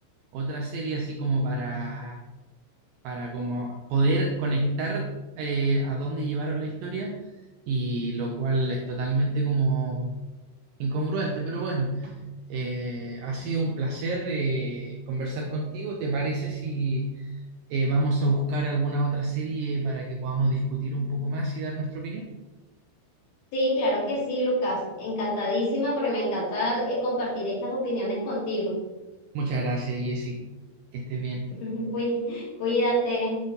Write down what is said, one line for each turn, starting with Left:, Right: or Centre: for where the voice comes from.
Right: otra serie así como para, para como poder conectar eh, a dónde llevaron la historia y lo cual es totalmente como incongruente, pero bueno, eh, ha sido un placer eh, conversar contigo. ¿Te parece si eh, vamos a buscar alguna otra serie para que podamos discutir un poco más y dar nuestra opinión?
Left: Sí, claro que sí, Lucas. Encantadísima porque me encanta eh, compartir estas opiniones contigo.
Right: Muchas gracias, Jessy. Que estés bien.
Left: <laughs> Cuí- Cuídate.